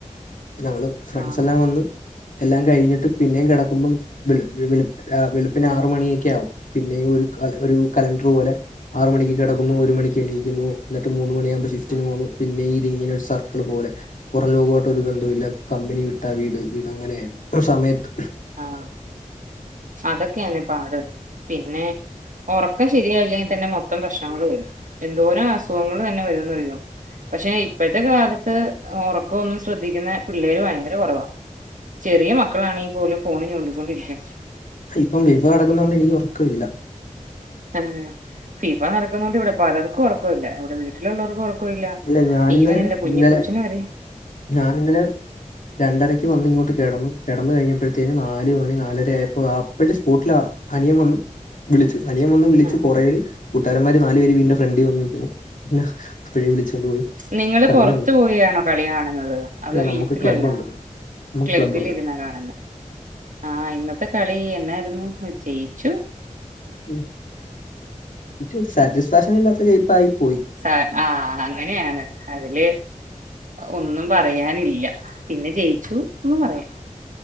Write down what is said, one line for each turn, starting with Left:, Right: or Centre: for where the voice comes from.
Left: ഞങ്ങള് ഫ്രണ്ട്സ്
Right: ആഹ്
Left: എല്ലാം വന്ന് എല്ലാം കഴിഞ്ഞിട്ട് പിന്നെയും കിടക്കുമ്പം വെളു - വെളുപ്പിന് ആറ് മണിയൊക്കെ ആകും പിന്നെ ഒരു കാലത്ത് ഒരു കലണ്ടർ പോലെ ആറ് മണിക്ക് കിടക്കുന്നു ഒരു മണിക്ക് എണീക്കുന്നു എന്നിട്ട് മൂന്ന് മണിയാവുമ്പോൾ ഷഫ്റ്റിന്
Right: ഉം
Left: പോന്നുന്നു പിന്നെ ഇങ്ങനെ ഒരു സർക്കിൾ പോലെ പുറ ലോകോ ഒരു ബന്ധവുമില്ല ഇല്ല കമ്പനി വിട്ട വീട് വീട് അങ്ങനെ ആയിരുന്നു സമയത്ത്.
Right: ആഹ് അതൊക്കെണ് പാട് പിന്നെ ഒറക്കം ശരിയായില്ലെങ്കിൽ തന്നെ മൊത്തം പ്രശ്നങ്ങൾ വരും, എന്തോരം അസുഖങ്ങൾ തന്നെ വരുമെന്നറിയോ? പക്ഷെ ഇപ്പോഴത്തെ കാലത്ത് ഉറക്കമൊന്നും ശ്രദ്ധിക്കുന്ന പിള്ളേര് ഭയങ്കര കുറവാാണ്. ചെറിയ മക്കളാണങ്കിൽ പോലും ഫോണിൽ ചൂണ്ടിക്കൊണ്ടിരിക്കുന്നത്
Left: ഇപ്പം ഫിഫ നടക്കുന്നോണ്ട് എനിക്ക് ഉറക്കം ഇല്ല
Right: ആഹ് ഫിഫ നടക്കുന്ന കൊണ്ട് ഇവിടെ പലർക്കും ഉറക്കം ഇല്ല ഇവിടെ വീട്ടിലുള്ളവർക്കും ഉറക്ക- യില്ല
Left: അല്ല ഞാനിന്നലെ
Right: ഈവൻ എന്റെ കുഞ്ഞ്
Left: ഇന്നലെ
Right: കൊച്ചന് വരെ-
Left: ഞാനിന്നലെ രണ്ടരയ്ക്ക് വന്ന് ഇങ്ങോട്ട് കിടന്ന് കിടന്ന കഴിഞ്ഞപ്പോഴത്തേന്നു നാല് മണി നാലരയായപ്പോ അപ്പോഴും സ്പോട്ടിലാ- അനിയം വന്നു വിളിച്ചു അനിയം വന്ന് വിളിച്ച്
Right: ആഹ്
Left: കുറേര് കൂട്ടുകാരന്മാര് നാലു പേര് വീടിന്റെ ഫ്രണ്ടിൽ വന്നിരിക്കുന്നു പിന്നെ- അപ്പഴേ വിളിച്ചോണ്ട് പോയി
Right: നിങ്ങള്
Left: കളി
Right: പുറത്തു
Left: കണ്ടു
Right: പോയിയാണോ കളി കാണുന്നത് അത്
Left: അല്ല നമുക്ക്
Right: വീട്ടിലല്ല
Left: ക്ലബ്ബുണ്ട് നമുക്ക്
Right: ക്ലബ്ബിൽ
Left: ക്ലബ്ബുണ്ട്
Right: ഇരുന്നാ കാണുന്നു ആഹ് ഇന്നത്തെ കളി എന്നായിരുന്നു ജെയിച്ചു.
Left: ഉം ഒരു സാറ്റിസ്ഫാക്ഷൻ ഇല്ലാത്ത ജയിപ്പ് ആയി പോയി
Right: സ ആഹ് അങ്ങനെയാണ് അതില് ഒന്നും പറയാനില്ല പിന്നെ ജയിച്ചു ന്നും പറയാൻ